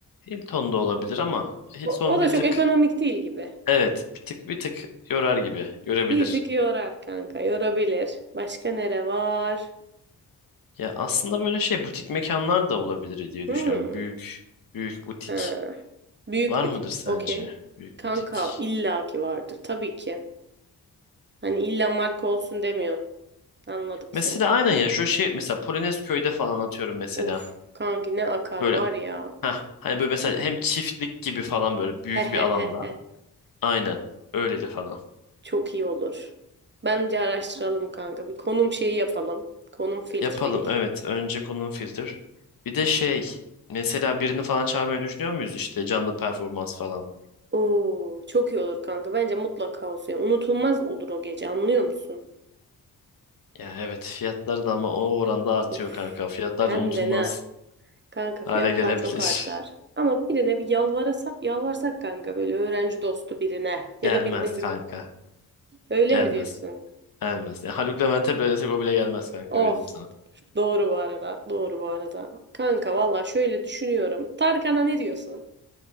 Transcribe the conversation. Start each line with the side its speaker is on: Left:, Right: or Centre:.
Left: Hilton da olabilir ama Hilton
Right: O, o da
Left: bir
Right: çok
Left: tık
Right: ekonomik değil gibi.
Left: evet bir tık bir tık yorar gibi görebilir.
Right: Bizik yorar kanka, yorabilir. Başka nere var?
Left: Ya aslında böyle şey butik mekanlar da olabilir diye
Right: Hmm.
Left: düşünüyorum. Büyük büyük butik
Right: Ha. Büyük
Left: var
Right: butik.
Left: mıdır sence?
Right: Okey.
Left: Büyük
Right: Kanka
Left: butik.
Right: illaki vardır tabii ki. Hani illa marka olsun demiyorsun. Anladım seni.
Left: Mesela aynen ya şu şey mesela Polonez köyde falan atıyorum mesela.
Right: Of kanki ne akar
Left: Böyle
Right: var ya.
Left: ha hani böyle mesela hem çiftlik gibi falan böyle büyük
Right: He he
Left: bir alanda.
Right: he he.
Left: Aynen öyleli falan.
Right: Çok iyi olur. Bence araştıralım kanka. Bir konum şeyi yapalım. Konum filtering.
Left: Yapalım evet. Önce konum filter. Bir de şey mesela birini falan çağırmayı düşünüyor muyuz işte canlı performans falan.
Right: Oo, çok iyi olur kanka. Bence mutlaka olsun. Yani unutulmaz olur o gece anlıyor musun?
Left: Ya evet fiyatlar da ama o oranda artıyor
Right: Uf,
Left: kanka. Fiyatlar
Right: hem
Left: da unutulmaz
Right: de ne. Kanka
Left: hale
Right: fiyatlar
Left: gelebilir.
Right: çok artar.
Left: <laughs>
Right: Ama birine bir yalvarasak, yalvarsak kanka böyle öğrenci dostu birine ya
Left: Gelmez
Right: da birinin
Left: kanka.
Right: bir öyle
Left: Gelmez.
Right: mi diyorsun?
Left: Gelmez. Ya Haluk Levent'e bile desek o bile gelmez kanka
Right: Of.
Left: öyle diyeyim sana.
Right: Doğru bu arada. Doğru bu arada. Kanka valla şöyle düşünüyorum. Tarkan'a ne diyorsun?